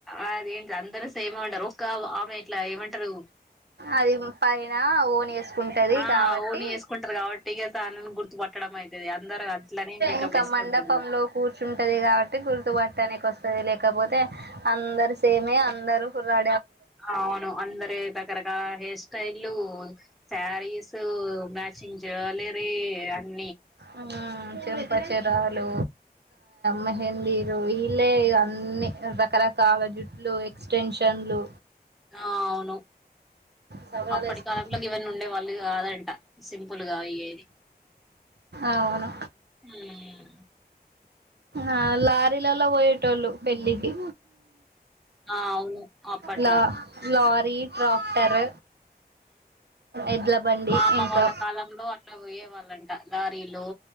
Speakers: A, in the centre; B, on the right.
A: అదేంటి అందరు సేమేమంటారు ఒక్క ఆమె ఇట్లా ఏమంటారు
B: అది పైన ఓన్ వేసుకుంటది
A: ఆ
B: కాబట్టి
A: ఓన్ వేసుకుంటారు కాబట్టి ఇక తనని గుర్తుపట్టడం అయితది అందరు అట్లనే మేకప్
B: ఇంకా
A: వేసుకుంటున్నారు
B: మండపంలో కూర్చుంటది కాబట్టి గుర్తు పట్టనికి వస్తది లేక కపోతే అందరు సేమే అందరు కుర్రా
A: అవును అందరు రకరకాల హెయిర్ స్టైల్లు స్యారీసు మ్యాచింగ్ జ్యువెలరి అన్
B: ఆ చెంపచెరాలు మెహందీరు ఇల్లే అన్ని రకరకాల ల జుట్లు ఎక్స్టెన్షన్లు
A: ఆ అవును
B: సవరాలు
A: అప్పటి
B: వేసుకుంటారు.
A: కాలంలో గివ్వన్నీ ఉండేవాళ్ళు కాదంట సింపుల్గా ఇయ్యేది
B: అవును
A: ఉమ్
B: ఆ లారీలల్లో పోయేటోల్లు పెళ్ళికి
A: ఆ అవును అప్పట్లా
B: ల లారీ ట్రాక్టర్ ఎడ్ల బండి
A: మా అమ్మ
B: ఇంకా
A: వాళ్ళ కాలంలో అ ఇట్ల పోయే వాళ్ళంట లారీలో